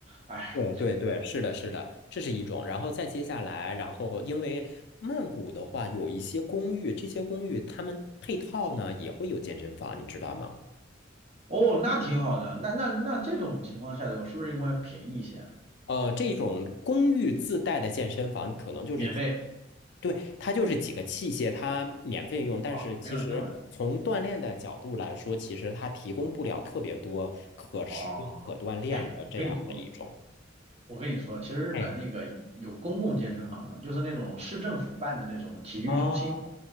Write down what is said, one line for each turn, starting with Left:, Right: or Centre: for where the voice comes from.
Right: 哎，
Left: 对对对，是的，是的，这是一种。然后再接下来，然后因为曼谷的话，有一些公寓，这些公寓他们配套呢也会有健身房，你知道吗？
Right: 哦，那挺好的。那那那这种情况下的话，是不是应该便宜一些啊？
Left: 呃，这种公寓自带的健身房可能就是，
Right: 免费
Left: 对，它就是几个器械，它免费用，但是其实从锻炼的角度来说，
Right: 啊，没有那么
Left: 其实它提供不了特别多可使用、
Right: 哦。
Left: 可锻炼的这样的一种。
Right: 哎，我跟你说，我跟你说，其实日本那个有有公共健身房的，
Left: 哎，
Right: 就是那种市政府办的那种体育中心。
Left: 啊，